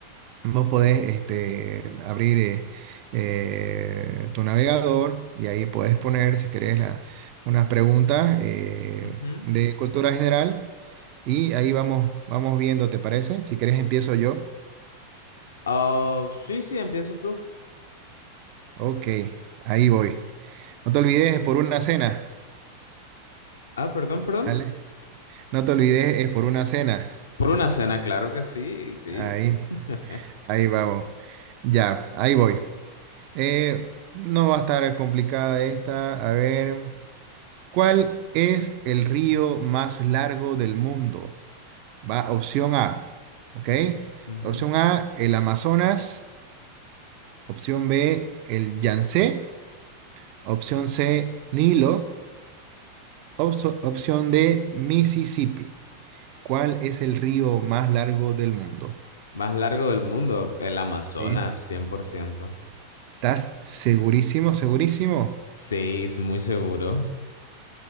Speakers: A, on the right (about 45°); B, on the left (about 65°).
A: Vos podés este, abrir eh, eh, tu navegador y ahí podés poner, si querés, la- unas preguntas eh,
B: Ujú.
A: de cultura general. Y ahí vamos, vamos viendo, ¿te parece? Si querés empiezo yo.
B: Ah, sí, sí, empieza tú.
A: Ok, ahí voy. No te olvides, es por una cena.
B: Ah, perdón, perdón.
A: ¿Vale? No te olvides, es por una cena.
B: Por una cena, claro que sí, sí.
A: Ahí,
B: <laughs>
A: ahí vamos. Ya, ahí voy. Eh, no va a estar complicada esta. A ver, ¿cuál es el río más largo del mundo? Va, opción A, ¿ok?
B: Mm, Ujú.
A: Opción A, el Amazonas. Opción B, el Yangtze. Opción C, Nilo. Opso- opción D, Mississippi. ¿Cuál es el río más largo del mundo?
B: Más largo del mundo, el Amazonas,
A: ¿Sí?
B: 100%.
A: ¿Estás segurísimo, segurísimo?
B: Sí, es muy seguro.